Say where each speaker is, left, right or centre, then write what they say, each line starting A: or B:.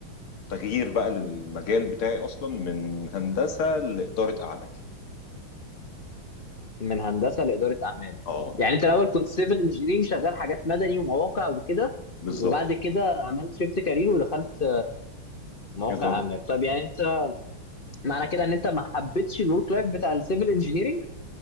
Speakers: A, on the left; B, on the left.
A: تغيير بقى للمجال بتاعي اصلا من هندسه لاداره اعمال
B: من هندسه لاداره اعمال
A: اه
B: يعني انت الاول كنت سيفل انجينيرنج شغال حاجات مدني ومواقع وكده
A: بالظبط
B: وبعد كده عملت شيفت كارير ودخلت مواقع
A: اداره
B: اعمال طب يعني انت معنى كده ان انت ما حبيتش الورك لايف بتاع السيفل انجينيرنج